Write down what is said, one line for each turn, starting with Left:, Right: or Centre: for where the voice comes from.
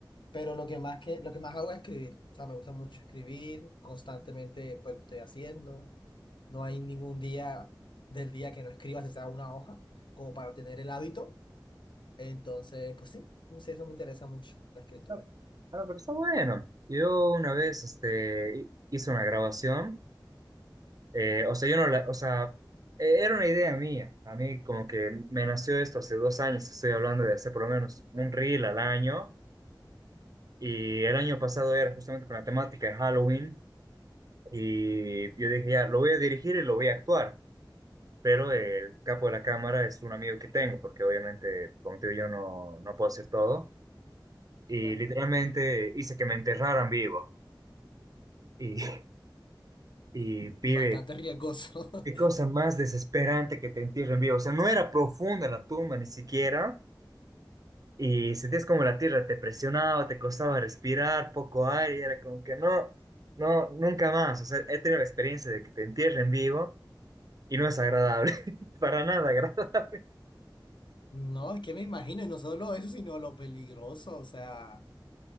Left: pero lo que más que, lo que más hago es escribir, o sea, me gusta mucho escribir, constantemente pues lo estoy haciendo, no hay ningún día del día que no escriba, si sea una hoja, como para tener el hábito, entonces, pues sí, no sé, eso me interesa mucho, la escritura,
Right: Ah, ah, pero está bueno. Yo una vez este, hi- hice una grabación. Eh, o sea, yo no la, o sea, eh, era una idea mía. A mí como que me nació esto hace dos años, estoy hablando de hacer por lo menos un reel al año. Y el año pasado era justamente con la temática de Halloween. Y yo dije, ya, lo voy a dirigir y lo voy a actuar. Pero el capo de la cámara es un amigo que tengo, porque obviamente, como te digo, yo no, no puedo hacer todo. Y
Left: Claro.
Right: literalmente hice que me enterraran vivo. Y, <laughs> y pibe,
Left: bastante riesgoso.
Right: Qué cosa
Left: <laughs>
Right: más desesperante que te entierren vivo. O sea, no era profunda la tumba ni siquiera. Y sentías como la tierra te presionaba, te costaba respirar, poco aire. Y era como que no, no, nunca más. O sea, he tenido la experiencia de que te entierren vivo y no es agradable. <laughs> Para nada agradable.
Left: No, es que me imagino, y no solo eso, sino lo peligroso, o sea,